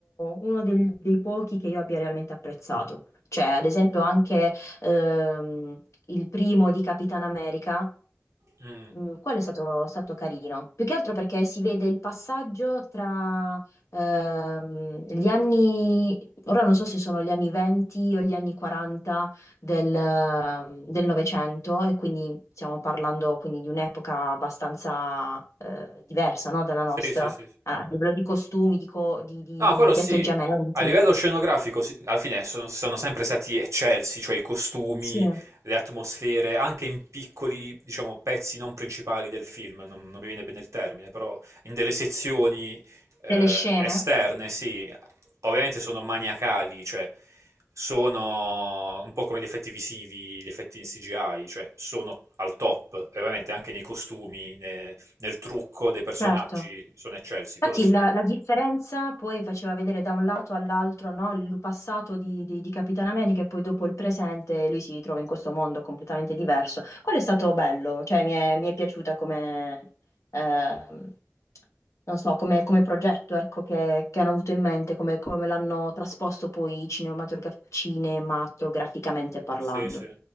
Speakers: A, on the left; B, on the right.
A: uno del- dei pochi che io abbia realmente apprezzato. Cioè, ad esempio, anche ehm, il primo di Capitan America.
B: Mm.
A: Mm, quello è stato, stato carino, più che altro perché si vede il passaggio tra ehm, gli anni, ora non so se sono gli anni 20 o gli anni 40 del, ehm, del Novecento e quindi stiamo parlando quindi di un'epoca abbastanza eh, diversa no, dalla nostra,
B: Sì, sì,
A: a
B: sì. sì.
A: a livello di costumi, di, co- di, di,
B: No,
A: di,
B: quello
A: di
B: sì.
A: atteggiamenti,
B: A livello scenografico, sì, alla fine sono, sono sempre stati eccelsi, cioè i costumi,
A: Sì.
B: le atmosfere, anche in piccoli, diciamo, pezzi non principali del film, non, non mi viene bene il termine, però in delle sezioni eh,
A: delle scene,
B: esterne, sì, ovviamente sono maniacali, cioè sono un po' come gli effetti visivi, gli effetti in CGI, cioè sono al top, e ovviamente anche nei costumi, ne- nel trucco dei personaggi
A: certo.
B: sono eccelsi, quello
A: Infatti
B: sì.
A: la, la differenza poi faceva vedere da un lato all'altro, no, Il passato di, di- di Capitan America e poi dopo il presente, lui si trova in questo mondo completamente diverso. Quello è stato bello, cioè mi è, mi è piaciuta come, ehm, non so, come, come progetto, ecco, che, che hanno avuto in mente, come, come l'hanno trasposto poi cinematogra- cinematograficamente parlando.
B: Sì, sì.